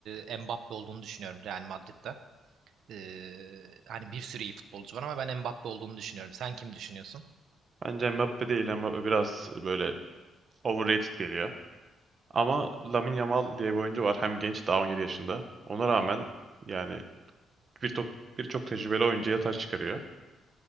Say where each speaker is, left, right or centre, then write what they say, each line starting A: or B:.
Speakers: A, on the right (about 70°); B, on the right (about 45°).
A: e, Mbappe olduğunu düşünüyorum Real Madrid'de. Ee, hani bir sürü iyi futbolcu var ama ben Mbappe olduğunu düşünüyorum. Sen kim düşünüyorsun?
B: Bence Mbappe değil. Mbappe biraz böyle overrated geliyor. Ama Lamine Yamal diye bir oyuncu var. Hem genç daha 17 yaşında. Ona rağmen yani birçok birçok tecrübeli oyuncuya taş çıkarıyor.